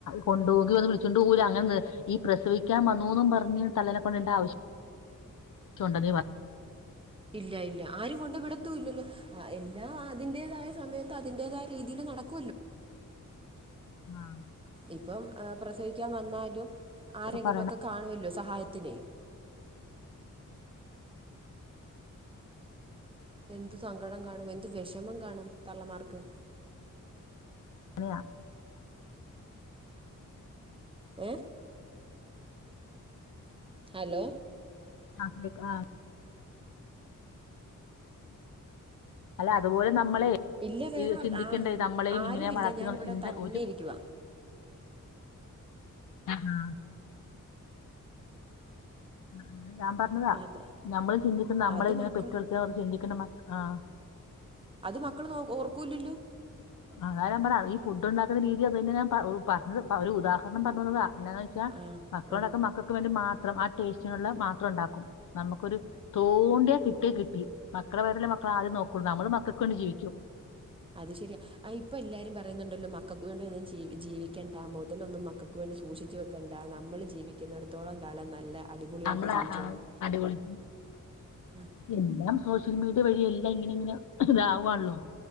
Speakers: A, on the left; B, on the right.
A: കൊണ്ടുപോകി വന്ന് വിളിച്ചുണ്ട് പോകില്ല അങ്ങനെണ്ട് ഈ പ്രസവിക്കാൻ വന്നൂന്ന് പറഞ്ഞ് തള്ളനെ കൊണ്ടിണ്ട ആവശ്യ <unintelligible>
B: ഇല്ല ഇല്ല ആരും കൊണ്ട് വിടത്തും ഇല്ലല്ലോ ആ എല്ലാം അതിന്റേതായ സമയത്ത് അതിറേതായ രീതിൽ നടക്കല്ലോ?
A: ആഹ
B: ഇപ്പം പ്രസവിക്കാൻ വന്നാലും
A: പോയപ്പോ
B: ആരെങ്കിലുമൊക്കെ
A: പറയണ
B: കാണുമല്ലോ സഹായത്തിന്. എന്ത് സങ്കടം കാണും എന്ത് വിഷമം കാണും തള്ളമാർക്ക്.
A: അനെയ
B: ഏ ഹലോ?
A: ആഹ ആ അല്ല അതുപോലെ നമ്മളെ
B: ഇല്ല വേറെ
A: ഇത്
B: വ
A: ചിന്തിക്കണ്ടേ
B: ആ
A: നമ്മളെയും
B: ആരും
A: ഇങ്ങനെ
B: ഇല്ല
A: വളർത്തിന്നുള്ള
B: ഞാൻ ഇവിടെ
A: ചിന്ത
B: തന്നെ
A: ഒരു
B: ഇരിക്കുവ.
A: ആ ആ ആ അതത് ഞാൻ പറഞ്ഞതാ
B: അതാ
A: നമ്മളും ചിന്തിക്കുന്ന നമ്മളെ
B: അത്
A: ഇങ്ങനെ
B: മക്കള്
A: പെറ്റുളത്തിയോ അത് ചിന്തിക്കേണ്ട മ ആഹ
B: അത് മക്കൾ നോ ഓർക്കൂല്ലല്ലോ?
A: അതായാല നമ്മടെ ഈ ഫുഡ് ഉണ്ടാക്കുന്ന രീതി അത് തന്നെ ഞാ പറഞ്ഞത് ഒരു ഉദാഹരണം പറഞ്ഞുന്നതാ. എന്താന്ന് വെച്ചാൽ
B: ആ
A: മക്കളോടൊക്കെ
B: ആ
A: മക്കൾക്ക് വേണ്ടി മാത്രം ആ ടേസ്റ്റിനുള്ള മാത്രം ഉണ്ടാക്കും. നമുക്കൊരു തോണ്ടിയ കിട്ടിയ കിട്ടി മക്കളെ വേരെല്ലേ മക്കളെ ആദ്യം നോക്കൂ നമ്മള് മക്കൾക്ക കൊണ്ട് ജീവിക്കും
B: അത് ശരിയാ ഇപ്പൊ എല്ലാരും പറയുന്നുണ്ടല്ലോ മക്കൾക്ക് വേണ്ട ഒന്നും ജീവിക്കേണ്ട മുതലൊന്നും മക്കൾക്ക് നക്ക് വേണ്ടി സൂക്ഷിച്ചച്ച് വെക്കണ്ട നമ്മൾ ജീവിക്കുന്നിടത്തോളം കാലം നല്ല അടിപൊളിയായിട്ട്
A: നമ്മളാ
B: ജീവിച്ചോളാം
A: ആ അടിപൊളി
B: ആ
A: എല്ലാം സോഷ്യൽ മീഡിയ വഴിയ എല്ലാം ഇങ്ങനെ ഇങ്ങനെ ഇതാവുവാണല്ലോ